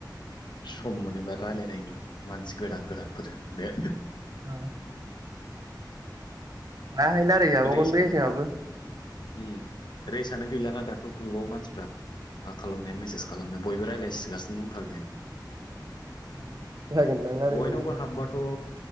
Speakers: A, on the left; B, on the right.
A: सम मोनोबा रायलायनायनि मानसि गोदान गोदानफोरजों बे।
B: औ दाहाय रायलाय जाबावगोन
A: रेसा
B: ने जोंहाबो।
A: उम रेसानो गैलाना
B: जोंहाबो
A: दाथ' ग्रुपाव मानसिफ्रा। मा खालामनाया मेसेज खालामना बयबो रायज्लायसिगासिनो दंथारो बे।
B: जागोनदां रायलायदोंदां
A: बयनावबो हाबबाथ'।